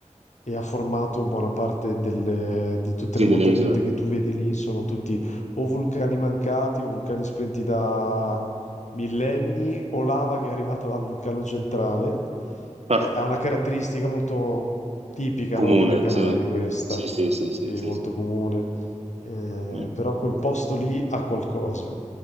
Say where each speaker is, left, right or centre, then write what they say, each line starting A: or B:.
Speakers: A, on the left; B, on the right.
A: e ha formato buona parte delle, di tutte
B: Sì,
A: le montagnette
B: delle isole.
A: che tu vedi lì, sono tutti o vulcani mancati o vulcani spenti da millenni o lava che è arrivata dal vulcano centrale.
B: Ah,
A: Eh, Ha una caratteristica molto tipica,
B: comune,
A: no, delle Canarie
B: sì.
A: questa,
B: Sì, sì, sì, sì,
A: sì,
B: sì,
A: molto
B: sì.
A: comune. Eh,
B: Mm.
A: però quel posto lì ha qualcosa.